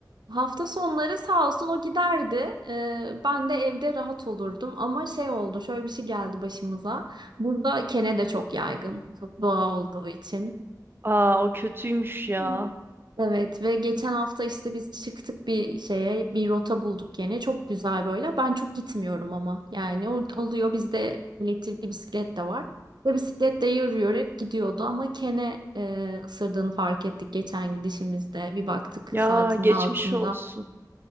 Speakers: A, on the right; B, on the right.
A: Hafta sonları sağ olsun o giderdi. Ee, ben de evde rahat olurdum. Ama şey oldu, şöyle bir şey geldi başımıza. Burada kene de çok yaygın. Çok doğa olduğu için.
B: Aa o kötüymüş ya.
A: Hı. Evet ve geçen hafta işte biz çıktık bir şeye, bir rota bulduk yine. Çok güzel böyle. Ben çok gitmiyorum ama. Yani o alıyor bizde elektrikli bisiklet de var. Ve bisikletle yürüyerek gidiyordu ama kene e, ısırdığını fark ettik geçen gidişimizde. Bir baktık
B: Ya
A: saatinin
B: geçmiş
A: altında.
B: olsun.